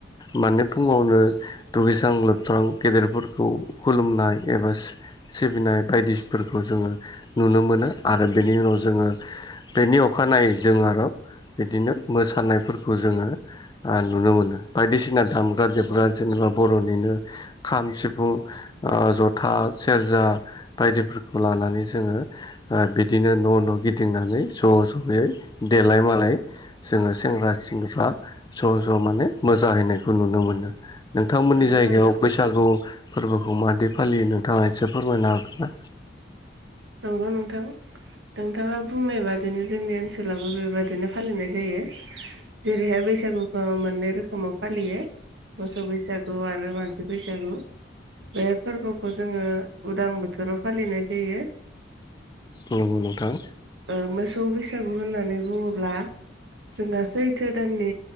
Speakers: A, on the left; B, on the right.
A: माने फुङावनो दुगैस्रां लोबस्रां गेदेरफोरखौ खुलुमनाय एबा सिबिनाय बायदिफोरखौ जोङो नुनो मोनो आरो बेनि उनाव जोङो बेनि अखानायै जों आरो बिदिनो मोसानायफोरखौ जोङो नुनो मोनो बायदिसिना दामग्रा देग्रा जेने बा बर'निनो खाम सिफुं ओ जथा सेरजा बायदिफोरखौ लानानै जोङो ओ बिदिनो न' न' गिदिंनानै ज' ज'यै देलाय मालाय जोङो सेंग्रा सिख्ला ज' ज' माने मोजाहैनायखौ नुनो मोनो नोंथांमोननि
B: नंगौ
A: जायगायाव
B: नोंथां
A: बैसागु फोरबोखौ मादि फालियो नों थाङा एसे फोरमायनो हागोन ना?
B: नंगौ नोंथां नोंथाङा बुंनाय बादिनो जोंनि ओनसोलावबो बेबादिनो फालिनाय जायो जेरैहाय बैसागुखौ मोननै रोखोमाव फालियो मोसौ बैसागु आरो मानसि बैसागु बे फोरबोखौ जोङो उदां बोथोराव फालिनाय जायो
A: नंगौ नोंथां
B: ओ मोसौ बैसागु होननानै बुङोब्ला जोंहा सैथो दाननि